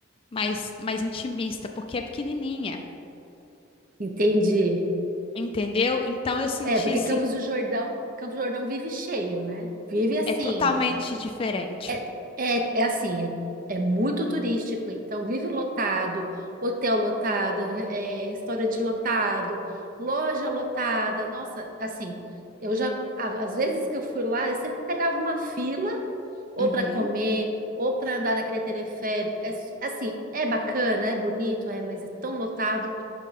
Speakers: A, on the left (about 25°); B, on the right (about 45°).
A: mais, mais intimista, porque é pequenininha,
B: entendi.
A: entendeu? Então eu senti
B: É, é, porque
A: assim,
B: Campos do Jordão, Campos do Jordão vive cheio, né? Vive assim,
A: é totalmente diferente.
B: É, é, é assim, é, é muito turístico, então vive lotado, hotel lotado, é, restaurante lotado, loja lotada. Nossa, assim, eu já, a- às vezes que eu fui lá, eu sempre pegava uma fila, ou
A: Uhum.
B: para comer, ou para andar naquele teleférico. É, s- assim, é bacana, é bonito, é, mas é tão lotado.